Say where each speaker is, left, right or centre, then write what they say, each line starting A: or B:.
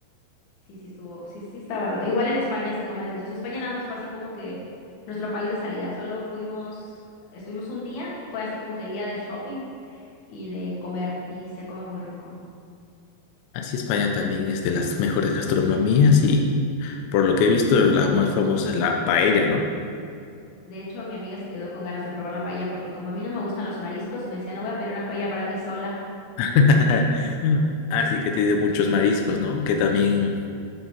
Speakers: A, on the left; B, on the left.
A: sí, sí estuvo, sí, sí está barato. Igual en España se come delicioso. España nada más fue así como que nuestro país de salida. Solo fuimos, estuvimos un día, fue así como que el día de shopping y de comer y se come muy rico.
B: Así España también es de las mejores gastronomías y por lo que he visto la más famosa es la paella, ¿no?
A: De hecho, mi amiga se quedó con ganas de probar la paella porque como a mí no me gustan los mariscos, me decía, no voy a pedir una paella para mí sola.
B: <laughs> Así que tiene muchos mariscos, ¿no? Que también